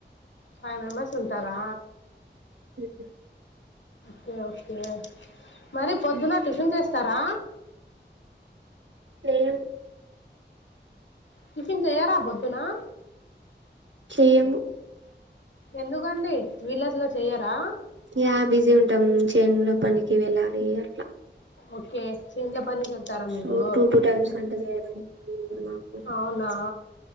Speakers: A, on the left (about 80°); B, on the right (about 80°).
A: ఫైవ్ మెంబర్స్ ఉంటరా
B: ఒకె
A: కే ఒకే మరి పొద్దున్న టిఫిన్ చేస్తరా
B: సేమ్
A: టిఫిన్ చెయ్యర పొద్దునా
B: చేయ్యము
A: ఎందుకండి విలేజ్ లో చెయ్యరా
B: యా బిజీ ఉంటాం చైన్ లో పనికి వెళ్ళాలి ఇగ అట్ల
A: ఓకే చేన్ల పనికెళ్తార మీరు
B: సో టూ టూ టైమ్స్ వంట చేయడానికి టైం ఉండదు మాకు
A: అవునా